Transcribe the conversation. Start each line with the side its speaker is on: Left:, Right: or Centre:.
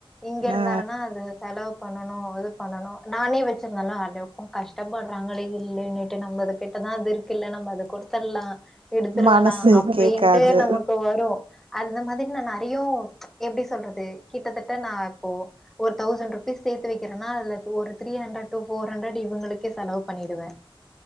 Centre: இங்க இருந்தாருனா
Right: ஆ
Centre: அது செலவு பண்ணனு இது பண்ணனு நானே வச்சிருந்தல அதுக்கு கஷ்டப்பட்றாங்களே இல்லைனேட்டு நம்ம கிட்ட தா அது இருக் இல்ல நம்ம அத குடுத்துற்லா ஷோ குடுத்துருவலா
Right: மனசு
Centre: அப்டின்ட்டு
Right: கேக்காது
Centre: நம்ம வரு அந்த மாதிரி நா நெறையோ எப்டி சொல்றது கிட்டத்தட்ட நா இப்போ ஒரு தௌசண்ட் ருப்பீஸ் சேத்து வைக்கிறேகேன்னா அதுல two or three hundred two four ஹண்ட்ரட்ர்வ் இவுங்களுக்கே செலவு பண்ணிடுவே